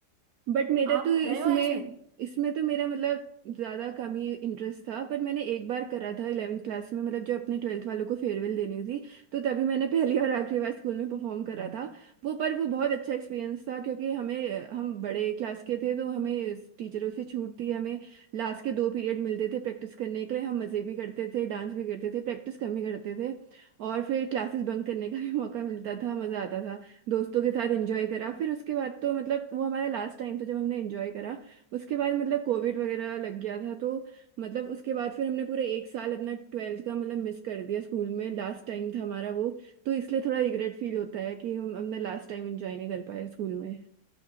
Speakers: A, on the right; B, on the right.
A: बट मेरा
B: आप
A: तो इसमें
B: गए हो ऐसे
A: इसमें तो मेरा मतलब ज्यादा कम ही इंटरेस्ट था पर मैंने एक बार करा था इलेवेंथ क्लास में मतलब जब अपने ट्वेल्थ वालों को फेयरवेल देनी थी तो तभी मैंने पहली और आखिरी बार स्कूल में परफॉर्म करा था वो पर वो बहुत अच्छा एक्सपीरियंस था क्योंकि हमें हम बड़े क्लास के थे तो हमें टीचरों से छूट थी हमें लास्ट के दो पीरियड मिलते थे प्रैक्टिस करने के लिए हम मज़े भी करते थे डांस भी करते थे प्रैक्टिस कम ही करते थे और फिर क्लासेस बंक करने का भी <laughs> मौका मिलता था मज़ा आता था दोस्तों के साथ एंजॉय करा फिर उसके बाद तो मतलब वो हमारा लास्ट टाइम था जब हमने एंजॉय करा उसके बाद मतलब कोविड वगैरह लग गया था तो मतलब उसके बाद फिर हमने पूरे एक साल अपना ट्वेल्थ का मतलब मिस कर दिया स्कूल में लास्ट टाइम था हमारा वो तो इसलिए थोड़ा रिग्रेट फील होता है कि हम अपना लास्ट टाइम एंजॉय नहीं कर पाए स्कूल में